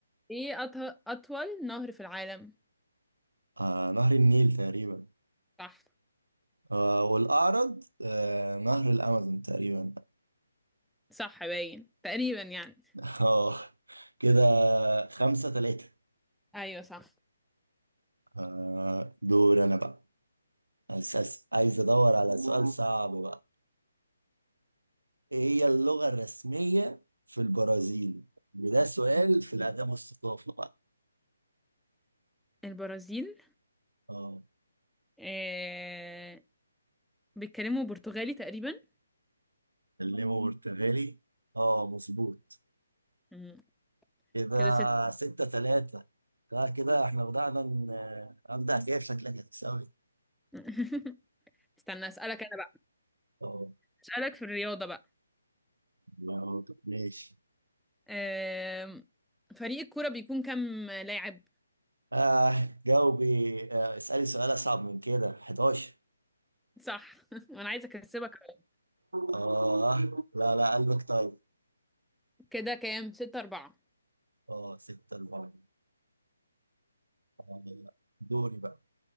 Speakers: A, in the centre; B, on the right (about 80°).
A: إيه أط... أطول نهر في العالم
B: آه نهر النيل تقريبا
A: صح
B: آه والأعرض آه نهر الأمازون تقريبا
A: صح باين تقريبا يعني
B: <laughs> آه كده خمسة تلاتة
A: أيوه صح
B: آه دور أنا بقى أساس عايز أدور على سؤال صعب بقى إيه هي اللغة الرسمية في البرازيل؟ وده سؤال في الآداب والثقافة بقى
A: البرازيل
B: آه
A: أه... بيتكلموا برتغالي تقريبا
B: كلمه برتغالي آه مظبوط
A: مم.
B: كده
A: كده ست
B: ستة تلاتة لا كده احنا بدأنا ن- أبدأ جايب شكلك هتكسبني
A: <laughs> استنى اسألك انا بقى
B: اه
A: اسألك في الرياضة بقى
B: آه، ماشي
A: أم... فريق الكورة بيكون كام لاعب
B: آه جاوبي آه اسألي سؤال أصعب من كده 11
A: صح <laughs> وانا عايزة اكسبك أهو.
B: آه لا لا قلبك طيب
A: كده كام ستة أربعة
B: اه ستة أربعة آه، دوري بقى